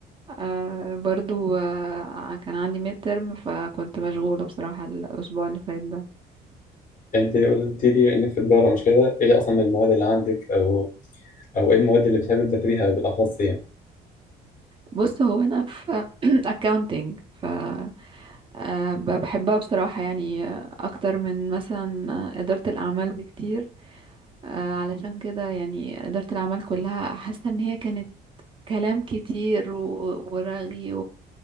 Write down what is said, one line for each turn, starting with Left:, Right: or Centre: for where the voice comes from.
Right: آه برضو آه كان عندي ميد ترم فكنت مشغوله بصراحه الاسبوع اللي فات ده
Left: انت قلت لي انك في تجاره مش كده ايه اصلا المواد اللي عندك او او ايه المواد اللي بتحب تذاكريها بالاخص يعني
Right: بص هو انا في <clears throat> accounting ف آه ب- بحبها بصراحه يعني آه، اكتر من مثلا آه، اداره الاعمال بكتير آه علشان كده يعني اداره الاعمال كلها حاسه ان هي كانت كلام كتير و- ورغي